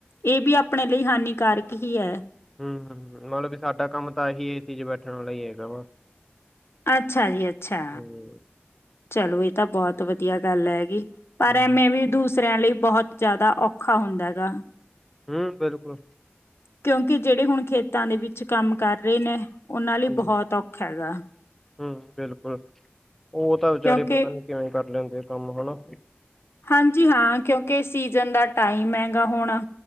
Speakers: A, on the left; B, in the centre.
A: ਇਹ ਵੀ ਆਪਣੇ ਲਈ ਹਾਨੀਕਾਰਕ ਹੀ ਹੈ।
B: ਹੂੰ-ਹੂੰ, ਮਤਲਬ ਵੀ ਸਾਡਾ ਕੰਮ ਤਾਂ ਅਹੀ ਏ ਸੀ ਚ ਬੈਠਣ ਵਾਲਾ ਹੀ ਹੈਗਾ ਵਾ
A: ਅੱਛਾ ਜੀ, ਅੱਛਾ।
B: ਹੂੰ
A: ਚਲੋ ਇਹ ਤਾਂ ਬਹੁਤ ਵਧੀਆ ਗੱਲ ਹੈਗੀ। ਪਰ
B: ਹੂੰ
A: ਐਵੇਂ ਵੀ ਦੂਸ ਸਰਿਆਂ ਲਈ ਬਹੁਤ ਜ਼ਿਆਦਾ ਔਖਾ ਹੁੰਦਾ ਐ ਗਾ।
B: ਹੂੰ, ਬਿਲਕੁਲ।
A: ਕਿਉਂਕਿ ਜਿਹੜੇ ਹੁਣ ਖੇਤਾਂ ਦੇ ਵਿੱਚ ਕੰਮ ਕਰ ਰਹੇ ਨੇ ਉਹਨਾਂ ਲਈ
B: ਹੂੰ
A: ਬਹੁਤ ਔਖਾ ਐ ਗਾ।
B: ਹੂੰ ਬਿਲਕੁਲ, ਉਹ ਤਾਂ ਵਿਚਾਰੇ
A: ਕਿਉਂਕਿ
B: ਪਤਾ ਨੂੰ ਕਿਵੇਂ? ਕਰ ਲੈਂਦੇ ਆ ਕੰਮ ਹਨਾ,
A: ਹਾਂਜੀ ਹਾਂ, ਕਿਉਂਕਿ ਸੀਜ਼ਨ ਦਾ ਟਾਈਮ ਹੈਗਾ ਹੋਣਾ।